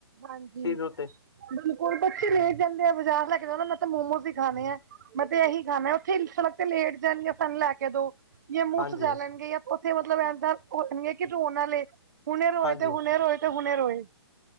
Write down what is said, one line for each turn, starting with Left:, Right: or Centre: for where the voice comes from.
Right: ਹਾਂਜੀ,
Left: ਸਰੀਰ ਉੱਤੇ
Right: ਬਿਲਕੁਲ ਬੱਚੇ ਲੇ ਜਾਂਦੇ ਆ ਬਜ਼ਾਰ ਲੈ ਕੇ ਜਾਣਾ ਨਾ ਮੈਂ ਤਾਂ ਮੋਮੋਸ ਹੀ ਖਾਣੇ ਆ। ਮੈਂ ਤੇ ਇਹੀ ਖਾਣਾ ਉੱਥੇ ਹੀ ਸੜਕ ਤੇ ਲੇਟ ਜਾਣਗੇ ਸਾਨੂੰ ਲੈ ਕੇ ਦੋ। ਜੇ ਮੂੰਹ
Left: ਹਾਂਜੀ
Right: ਸੁਜਾ ਲੈਣਗੇ, ਜਾਂ ਉੱਥੇ ਮਤਲਬ ਏਦਾਂ ਹੋ ਜਾਣਗੇ ਕਿ ਰੋਣ ਵਾਲੇ। ਹੁਣੇ ਰੋਏ
Left: ਹਾਂਜੀ
Right: ਤੇ ਹੁਣੇ ਰੋਏ ਤੇ ਹੁਣੇ ਰੋਹੇ